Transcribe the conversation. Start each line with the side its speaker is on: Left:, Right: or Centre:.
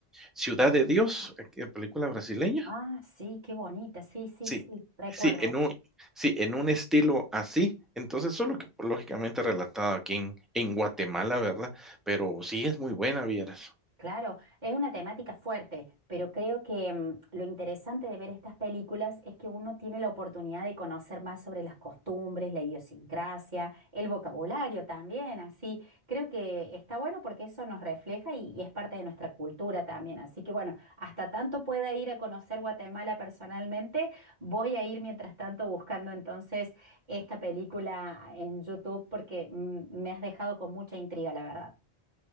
Centre: Ciudad de Dios, eh, película brasileña.
Right: Ah, sí, qué bonita, sí, sí,
Centre: Sí,
Right: sí, recuerdo.
Centre: sí, en un, sí, en un estilo así. Entonces, solo que pues, lógicamente relatado aquí en, en Guatemala, ¿verdad? Pero sí es muy buena, vieras.
Right: Claro, es una temática fuerte, pero creo que mm, lo interesante de ver estas películas es que uno tiene la oportunidad de conocer más sobre las costumbres, la idiosincrasia, el vocabulario también, así. Creo que está bueno porque eso nos refleja y, y es parte de nuestra cultura también. Así que bueno, hasta tanto pueda ir a conocer Guatemala personalmente, voy a ir mientras tanto buscando entonces esta película en YouTube porque mm, me has dejado con mucha intriga, la verdad.